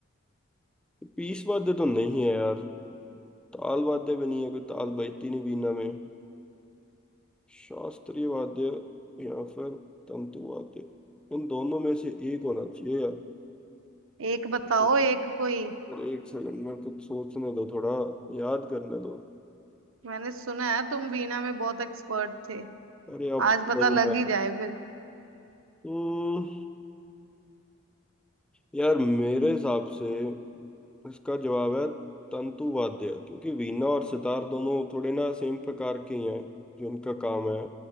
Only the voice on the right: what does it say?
एक बताओ
एक कोई
मैंने सुना है तुम वीणा में बहुत एक्सपर्ट थे
आज पता
लग
ही जाए
फिर